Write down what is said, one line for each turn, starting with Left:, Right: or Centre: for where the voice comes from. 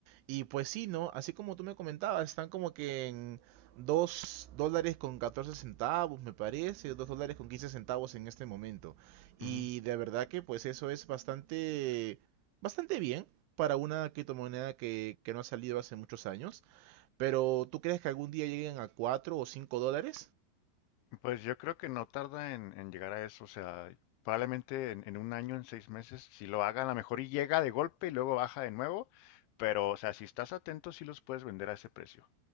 Right: Y pues sí, ¿no? Así como tú me comentabas, están como que en, 2 dólares con 14 centavos, me parece, 2 dólares con 15 centavos en este momento. Y
Left: ujú.
Right: de verdad que pues eso es bastante, bastante bien para una criptomoneda que, que no ha salido hace muchos años. Pero ¿tú crees que algún día lleguen a 4 o 5 dólares?
Left: Pues yo creo que no tarda en, en llegar a eso, o sea, probablemente en, en un año, en seis meses, si lo hagan, a lo mejor y llega de golpe y luego baja de nuevo, pero o sea, si estás atento, sí los puedes vender a ese precio.